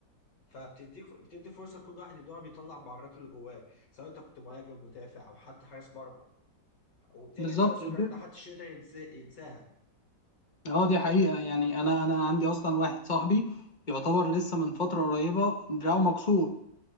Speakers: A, on the left; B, on the left.
A: فبتديك بتدي فرصه لكل واحد ان هو بيطلع مهاراته اللي جواه سواء انت كنت مهاجم مدافع او حتى حارس مرمى وبتعمل
B: بالظبط
A: فيها ذكريات
B: ودي
A: ما حدش يقدر ينسى- ينساها
B: اه دي حقيقة يعني انا انا عندي اصلا واحد صاحبي يعتبر لسه من فترة قريبة دراعه مكسور